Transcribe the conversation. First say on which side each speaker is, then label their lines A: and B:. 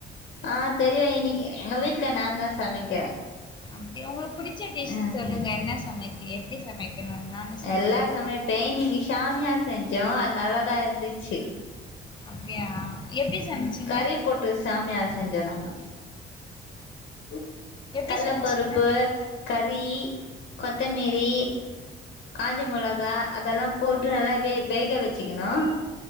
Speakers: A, on the left (about 60°); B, on the left (about 25°).
A: அ தெரியு இன்னைக்கு எங்க வீட்டு்ல நா தா சமைக்கிறே
B: அப்டியா உங்களுக்கு பிடிச்ச டிஷ்
A: ம்
B: சொல்லுங்க என்ன சமைக்க எப்டி சமைக்கணு நானு செஞ்சு
A: எல்லா
B: பாக்குறே
A: சமைப்பே இன்னைக்கு சாமியா செஞ்சோ அது நல்லாதா இருந்துச்சு
B: அப்டியா எப்டி சமச்சீங்க
A: ம் கறி போட்டு சாமியா செஞ்சோ நாங்க <inaudible>
B: எப்டி
A: கள்ளப்பருப்பு
B: சமச்சீங்க
A: கறி கொத்தமேரி காஞ்ச மொளகா அதெல்லா போட்டு நல்லா வே வேக வச்சேக்கனா